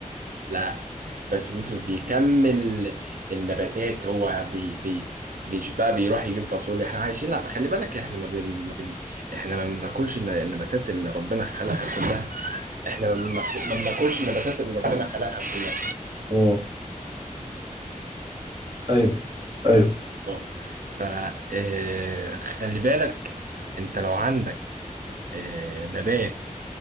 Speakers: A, on the right (about 85°); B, on the right (about 40°).
A: لا باسم يوسف بيكمل النباتات هو بي بي مش بقى بيروح يجيب فاصوليا احنا عايشين لا خلي بالك احنا ما بن... ما بن... احنا ما بناكلش الن- النباتات اللي ربنا خلقها كلها احنا ما بناكل- ما بناكلش النباتات اللي ربنا خلقها كلها
B: اه أيوه أيوه
A: اه فخلي بالك انت لو عندك آه، نبات